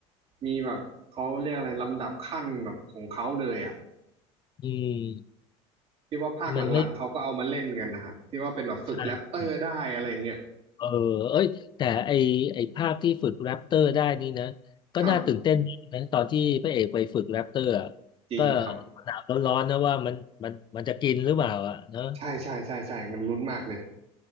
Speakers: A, on the right (about 45°); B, on the left (about 30°).
A: มีแบบเขาเรียกอะไรลำดับขั้นแบบของเขาเลยอ่ะ
B: อืม
A: ที่ว่าภาคหลังๆเขาก็เอามาเล่นกันนะฮะที่ว่าเป็นแบบฝึกแรปเตอร์ได้อะไรเงี้ย
B: มันไม่ใช่เออเอ้ยแต่ไอไอภาคที่ฝึกแรปเตอร์ได้นี่นะก็น่าตื่นเต้นนะตอนที่พระเอกไปฝึกแรปเตอร์อะ
A: ครับจริงครับ
B: ก็หนาวร้อนๆนะว่ามันมันมันจะกินหรือเปล่าอ่ะเนอะ
A: ใช่ใช่ใช่ใช่มันลุ้นมากเลย